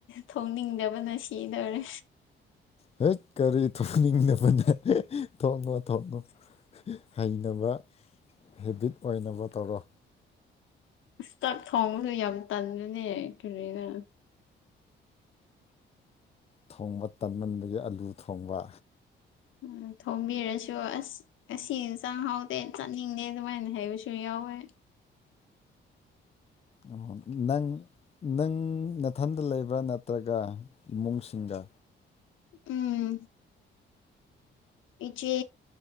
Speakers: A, on the left; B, on the left.
A: ꯊꯣꯡꯅꯤꯡꯗꯕꯅ ꯁꯤꯗꯧꯔꯦ꯫
B: ꯍꯩꯏꯠ ꯀꯔꯤ ꯊꯣꯡꯅꯤꯡꯗꯕꯅꯦ ꯊꯣꯛꯉꯣ-ꯊꯣꯛꯉꯣ ꯍꯩꯅꯕ ꯍꯦꯕꯤꯠ ꯑꯣꯏꯅꯕ ꯇꯧꯔꯣ꯫
A: ꯆꯥꯛ ꯊꯣꯡꯕꯁꯨ ꯌꯥꯝ ꯇꯟꯕꯅꯦ ꯀꯔꯤꯅ
B: ꯊꯣꯡꯕ ꯇꯝꯃꯟꯕꯒꯤ ꯑꯂꯨ ꯊꯣꯡꯕ
A: ꯎꯝ ꯊꯣꯡꯕꯤꯔꯁꯨ ꯑꯁ ꯑꯁꯤ ꯍꯦꯟꯖꯥꯡ ꯍꯥꯎꯇꯦ ꯆꯥꯅꯤꯡꯗꯦ ꯑꯗꯨꯃꯥꯏꯅ ꯍꯥꯏꯕꯁꯨ ꯌꯥꯎ ꯌꯥꯎꯋꯦ
B: ꯑꯣ ꯅꯪ-ꯅꯪ ꯅꯊꯟꯗ ꯂꯩꯕ꯭ꯔꯥ ꯅꯠ ꯅꯠꯇ꯭ꯔꯒ ꯏꯃꯨꯡꯁꯤꯡꯒ
A: ꯎꯝ ꯏꯆꯦ